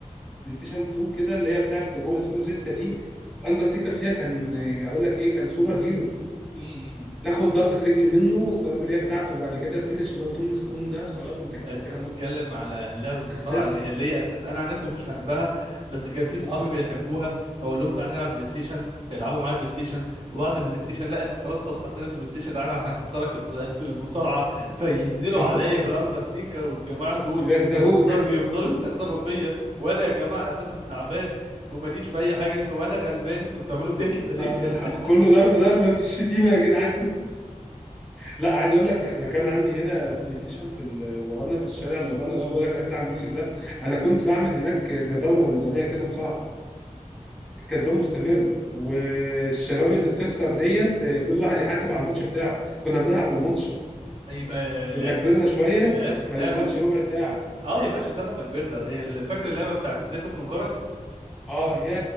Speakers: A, in the centre; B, on the right.
A: بلاي ستيشن 2 كده اللي هي بتاعت رو 2006 دي اندرتيكر فيها كان آه، اقول لك ايه كان سوبر هيرو
B: امم
A: تاخد ضربة رجل منه الضربة اللي هي بتاعته وبعد كده الفينش اللي هو التومب ستون ده خلاص انت
B: انت
A: كده
B: بتتكلم
A: مت
B: على لعبه
A: انت
B: المصارعه
A: خسرت
B: اللي هي اساس انا عن نفسي ما كنتش بحبها بس كان في اصحابي
A: اه
B: بيحبوها فاقول لهم تعالى نلعب بلاي ستيشن فيلعبوا معايا بلاي ستيشن وبعد البلاي ستيشن لا انت خلاص خسرتنا في البلاي ستيشن تعالى هنخسرك في الم- <laughs> في المصارعه فينزلوا
A: <laughs>
B: عليا بالاندرتيكر والجماعه دول
A: يدغدغوك
B: ويفضلوا ويفضلوا يتغدغوا فيا وانا يا جماعه اساسا تعبان وماليش في اي حاجه انت وانا غلبان انتوا بتعملوا فيا كده ليه؟
A: طب
B: <laughs>
A: الحق كله ضرب ضرب في الشتيمه يا جدعان لا عايز اقول لك احنا كان عندي هنا بلاي ستيشن في ال- ورانا في الشارع اللي ورانا اللي هو بقول لك عليه بتاع عم يوسف ده انا كنت بعمل هناك زي دوره رمضانيه كده مصارعه الكسبان مستمر والشباب اللي بتخسر ديت كل واحد يحاسب على الماتش بتاعه كنا بنلعب بالماتش
B: طيب آه،
A: كنا
B: لعبت
A: كبرنا شويه
B: لعبت
A: كان
B: لعبه
A: الماتش ربع ساعه
B: اه يا باشا ده لما كبرنا ال- فاكر اللعبه بتاعت ازاي تخنق جارك
A: اه يا